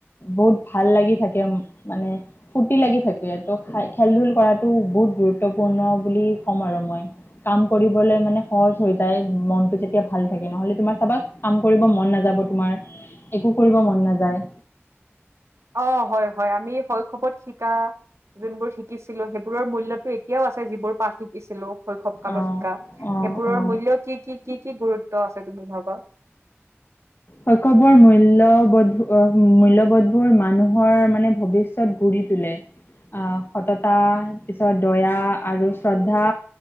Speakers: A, on the left (about 50°); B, on the right (about 80°).
A: বহুত ভাল লাগি থাকে মানে ফূৰ্তি লাগি থাক কে ত' খাই খেল-ধূল কৰাটো বহুত গুৰুত্বপূৰ্ণ বুলি ক'ম আৰু মই। কাম কৰিবলে মানে সহজ হৈ যায় মনটো যেতিয়া ভাল থাকে। নহ'লে তোমাৰ চাবা কাম কৰিব মন নাযাব তোমাৰ একো কৰিব মন নাযায়।
B: অ হয় হয়, আমি শৈশৱত শিকা যোনবোৰ শিকিছিলো সেইবোৰৰ মূল্যটো এতিয়াও আছে যিবোৰ পাঠ শিকিছিলো। শৈশৱ কালত
A: অ',
B: শিকা। সেইবোৰৰ
A: অ', অ'।
B: মূল্য কি কি কি কি গুৰুত্ব আছে তুমি ভাবা?
A: শৈশৱৰ মূল্যবোধ মূল্যবোধবোৰ মানুহৰ মানে ভৱিষয়ত গঢ়ি তোলে। আ সততা পিছত দয়া আৰু শ্ৰদ্ধা